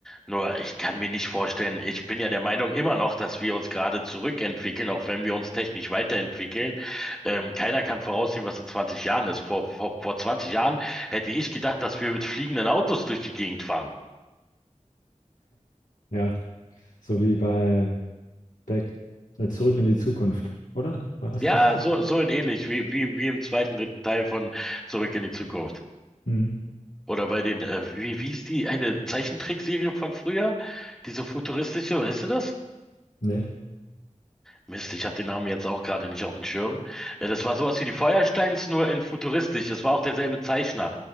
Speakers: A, in the centre; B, on the left (about 90°).
A: Nur, ich kann mir nicht vorstellen, ich bin ja der Meinung immer noch, dass wir uns gerade zurückentwickeln, auch wenn wir uns technisch weiterentwickeln. Ähm, keiner kann voraussehen, was in 20 Jahren ist. Vor, vor, vor 20 Jahren hätte ich gedacht, dass wir mit fliegenden Autos durch die Gegend fahren.
B: Ja, So wie bei Back, äh, Zurück in die Zukunft, oder? War das
A: Ja,
B: nicht so?
A: so, so in ähnlich, wie, wie, wie im zweiten, dritten Teil von Zurück in die Zukunft.
B: Hm.
A: Oder bei den, äh, wie, wie hieß die, eine Zeichentrickserie von früher? Diese futuristische, weißt du das?
B: Nee,
A: Mist, ich habe den Namen jetzt auch gerade nicht auf dem Schirm. Äh, das war sowas wie die Feuersteins, nur in futuristisch. Das war auch derselbe Zeichner.